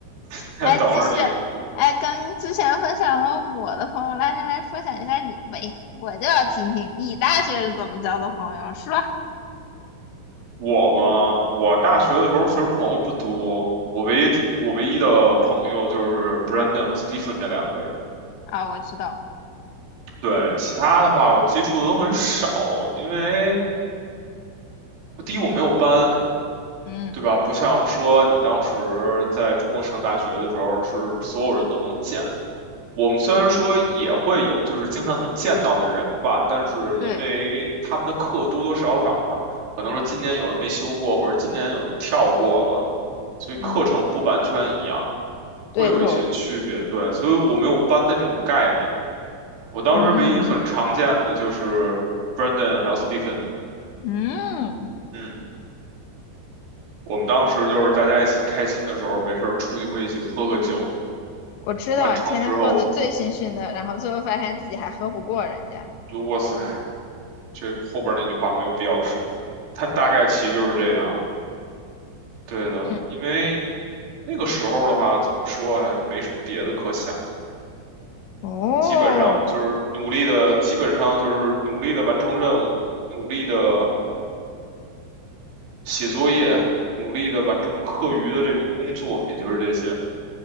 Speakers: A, on the right; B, on the left.
A: <laughs>
B: 哎，
A: 等着你
B: 继续，哎，刚之前分享了我的朋友，来来来，分享一下你的呗，我就要听听你大学是怎么交的朋友，是吧？
A: 我嘛，我大学的时候其实朋友不多，我唯一我唯一的朋友就是 Brandon 和 Stephen 这两个人，
B: 啊，我知道，
A: 对，其他的话我接触的都很少，因为第一我没有班，
B: 嗯，
A: 对吧？不像说你当时在中国上大学的时候是所有人都能见。我们虽然说也会有，就是经常能见到的人吧，但是因为他们的课多多少少嘛，
B: 对，
A: 可能说今年有人没修过，或者今年有人跳过了，所以课程不完全一样，
B: 嗯，对头，
A: 会有一些区别。对，所以我没有班的这种概念。我当时唯一很常见的就是
B: 嗯，
A: b r e n d a n 还有 Stephen，
B: 嗯
A: 嗯，我们当时就是大家一起开心的时候，没事儿出去会一起喝个酒，
B: 我知道，
A: 完成之后
B: 天天喝的醉醺醺的，然后最后发现自己还喝不过人家，
A: 就哇塞。这后边那句话没有必要说，但大概其就是这样。对的，
B: 嗯，
A: 因为那个时候的话，怎么说呀，也没什么别的可想，
B: 哦，
A: 基本上就是努力的，基本上就是努力的完成任务，努力的写作业，努力的完成课余的这种工作，也就是这些。